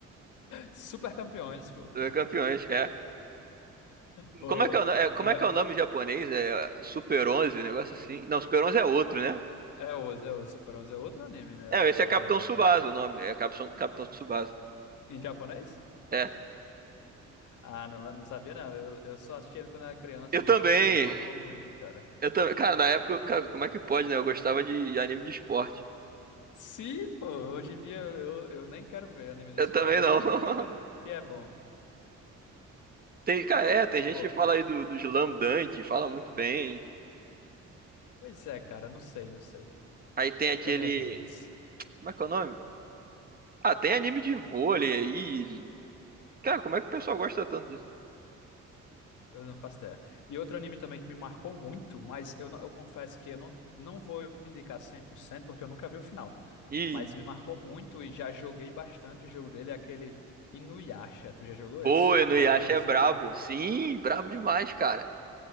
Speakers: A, on the left; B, on the right.
A: Super Campeões, pô.
B: Dois Campeões, é.
A: Pô,
B: Como é que é o, no- é, como
A: tu já...
B: é que é o nome em japonês? É Super 11, um negócio assim. Não, Super 11 é outro, né?
A: É Oz, é Oz. Super 11 é outro anime, né? É
B: É,
A: outra
B: esse é Capitão
A: coisa.
B: Tsubasa o nome. É Capitão, Capitão Tsubasa.
A: Em japonês?
B: É.
A: Ah, não, não sabia, não. Eu, eu só assisti ele quando era criança,
B: Eu
A: então,
B: também.
A: assim, me marcou muito, cara.
B: Eu também. Cara, na época, eu- cara, como é que pode, né? Eu gostava de anime de esporte.
A: Sim, pô. Hoje em dia eu, eu nem quero ver anime de
B: Eu
A: esporte,
B: também
A: mas
B: não.
A: todo
B: <laughs>
A: mundo diz que, que é bom.
B: Tem, cara, é, tem gente
A: Pô,
B: que fala aí do, do Slam Dunk, fala muito bem.
A: pois é, cara. Não sei, não sei.
B: Aí tem aquele.
A: Também as dúvidas.
B: Como é que é o nome? Ah, tem anime de vôlei aí. Cara, como é que o pessoal gosta tanto disso?
A: Eu não faço ideia. E outro anime também que me marcou muito, mas eu, não- eu confesso que eu não, não vou indicar 100% porque eu nunca vi o final.
B: E,
A: mas me marcou muito e já joguei bastante o jogo dele, é aquele Inuyasha. Tu já jogou
B: pô,
A: esse?
B: no Inuyasha
A: Já viu esse
B: é brabo.
A: anime?
B: Sim, brabo demais, cara.
A: Pô,